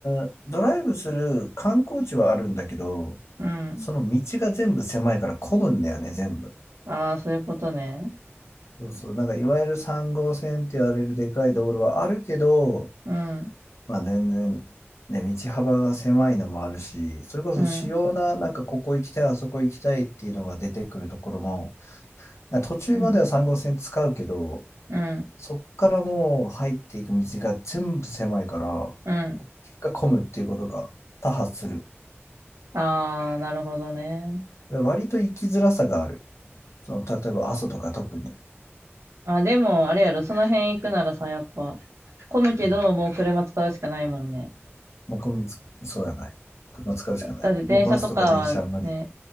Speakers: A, on the left (about 85°); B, on the right (about 85°).
A: んドライブする観光地はあるんだけど、
B: うん。
A: その道が全部狭いから混むんだよね、全部。
B: ああ、そういうことね。
A: そうそう、なんかいわゆる3号線って言われるでかい道路はあるけど、
B: うん、
A: まあ全然、ね、道幅が狭いのもあるし、それこそ主要な、
B: うん、
A: なんかここ行きたい、あそこ行きたいっていうのが出てくるところも、なんか途中までは3号線使うけど、
B: うん、うん、
A: そっからもう入っていく道が全部狭いから、
B: うん。
A: 結果混むっていうことが多発する。
B: ああ、なるほどね。
A: で割と行きづらさがある。その例えば阿蘇とか特に、
B: あ、でも、あれやろ、その辺行くならさ、やっぱ、混むけど、
A: うん、
B: もう車使うしかないもんね。
A: もうこのそうやない。車使うしかない。
B: だって電車とかはね、
A: もうバスとか電車は無理。